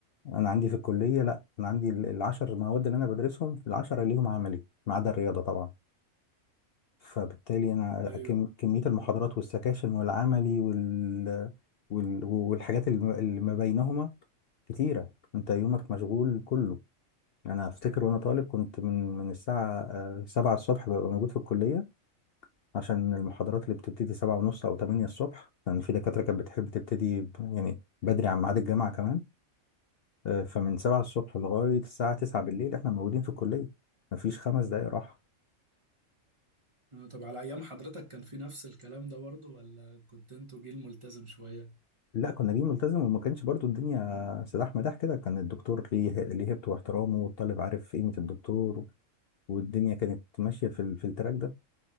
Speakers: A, on the left; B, on the right.
A: انا عندي في الكلية لا انا عندي ال- العشر مواد اللي انا بدرسهم العشرة ليهم عملي ما عدا الرياضة طبعا فبالتالي انا
B: أيوه
A: كم- كميه المحاضرات والسكاشن والعملي وال... وال... والحاجات اللي ما اللي ما بينهما كتيره انت يومك مشغول كله انا افتكر وانا طالب كنت من من الساعه آه، سبعة الصبح ببقى موجود في الكليه عشان المحاضرات اللي بتبتدي سبعة ونص او تمانية الصبح لان يعني في دكاتره كانت بتحب تبتدي ب- يعني بدري عن ميعاد الجامعه كمان آه، فمن سبعة الصبح لغايه الساعه تسعة بالليل احنا موجودين في الكليه مفيش خمس دقايق راحه
B: آه، طب على أيام حضرتك كان في نفس الكلام ده برضه ولا كنت انتوا جيل ملتزم شوية؟
A: لا كنا جايين ملتزم وما كانش برضو الدنيا سلاح مداح كده كان الدكتور ليه ليه هيبته واحترامه والطالب عارف قيمة الدكتور والدنيا كانت ماشية في ال- في التراك ده